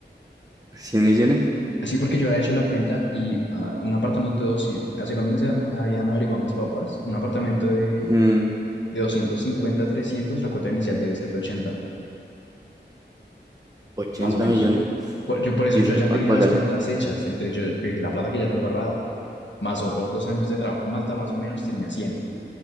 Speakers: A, on the right; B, on the left.
A: cien millones,
B: Sí, porque yo había hecho la cuenta y ah, un apartamento de 200 hace cuando me meses habían averiguado mis papás, un apartamento de,
A: mm,
B: de 250 a trescientos la cuota inicial debe ser de 80
A: 80
B: más o menos.
A: millones
B: Por- yo por eso,
A: y después
B: yo ya
A: para
B: tenía
A: pagarla.
B: las cuentas hechas, entonces yo, yo dije, la plata que ya tengo ahorrada, más otros dos años de trabajo en Malta, más o menos tenía cien